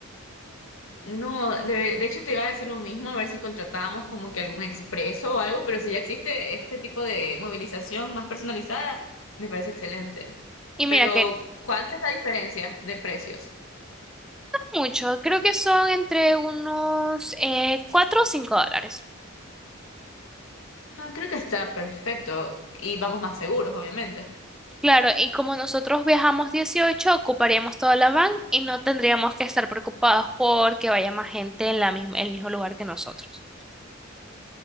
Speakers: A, on the left (about 70°); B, in the centre.
A: No, de, de hecho te iba a decir lo mismo, a ver si contratábamos como que algún expreso o algo, pero si ya existe este tipo de movilización más personalizada, me parece excelente.
B: Y
A: Pero,
B: mira que
A: ¿cuánta es la diferencia de precios?
B: mucho, creo que son entre unos eh, 4 o cinco dólares.
A: Ah, creo que está perfecto y vamos más seguros, obviamente.
B: Claro, y como nosotros viajamos 18 ocuparíamos toda la van y no tendríamos que estar preocupados porque vaya más gente en la misma, el mismo lugar que nosotros.